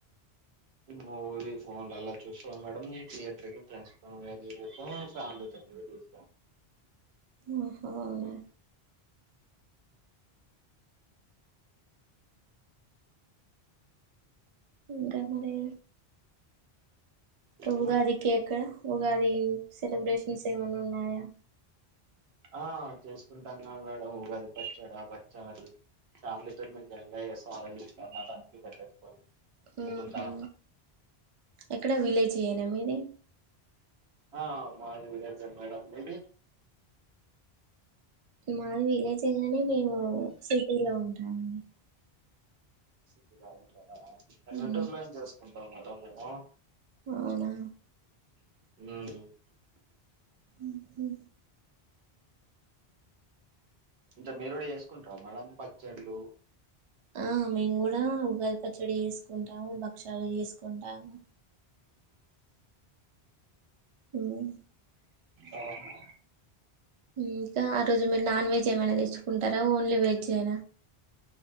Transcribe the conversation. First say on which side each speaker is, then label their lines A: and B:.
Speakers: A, on the right; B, on the right.
A: మూవీ ఫోన్లల్లా చూస్తాం మేడం థియేటర్ కి ఫ్రెండ్స్ తో వెళ్లీ చూస్తాం ఫ్యామిలీతో కూడ చూస్తం.
B: ఓహో అవునా ఇంకా మరి. క్క
A: మ్మ్.
B: ఉగాదికి ఎక్కడ ఉగాది సెలబ్రేషన్స్ ఏమన్నా ఉన్నాయా?
A: ఆ చేసుకుంటాం గా మేడం ఉగాది పచ్చడ, బచ్చాలు. ఫ్యామిలీ తో మంచిగ ఎంజాయ్ చేస్తాం. <unintelligible> తినుకుంటా
B: మ్మ్ హు ఎక్కడ విలేజ్యేనా మీది?
A: ఆ మాది విలేజే మేడం. మీది?
B: మాది విలేజే కానీ మేము సిటీలో ఉంటామండి.
A: సిటీ లో ఉంటా రా. పల్లెటూరులో
B: మ్మ్.
A: ఏం చేసుకుంటావ్ మర్ టాం మేము
B: అవునా
A: ఊ
B: ఊహు
A: ఇంతకు మీరు కూడా చేసుకుంటారా మేడం పచ్చళ్ళు
B: ఆ మేము కూడా ఉగాది పచ్చడి చేసుకుంటాము భక్షలు చేసుకుంటాము మ్మ్.
A: ఓహో
B: ఇంకా ఆ రోజు మీరు నాన్ వెజ్ ఏమైనా తెచ్చుకుంటారా ఓన్లీ వెజ్ నా